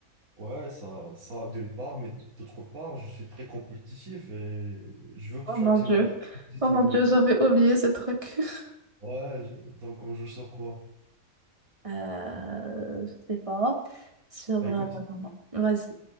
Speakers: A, on the right; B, on the right.
A: ouais, ça, ça d'une part, mais d'autre part, je suis très compétitif et je veux que
B: Oh
A: tu
B: mon
A: actives
B: Dieu.
A: le système
B: Oh mon
A: de
B: Dieu,
A: récompense.
B: j'avais oublié ce truc. <laughs>
A: Ouais, je- donc on joue sur quoi?
B: Euh, je sais pas. Sur.
A: Bah
B: euh,
A: écoute,
B: Vas-y.